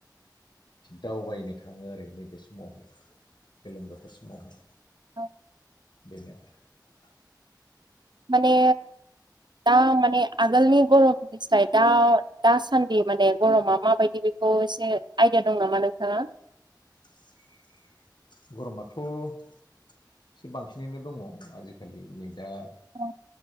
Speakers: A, on the left; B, on the right.
A: दावबायनो थाङो आरो नैबे समावहाय गोलोम बोथोर समावहाय।
B: औ
A: बेनो आरो
B: माने दा माने आगोलनि गरमनिफ्राय दा दासान्दि माने गरमा माबायदि बे खौ एसे आइदिया दं नामा नोंथाङा?
A: <inaudible> गरमाथ' एसे बांसिनैनो दङ आजिखालि नै दा
B: औ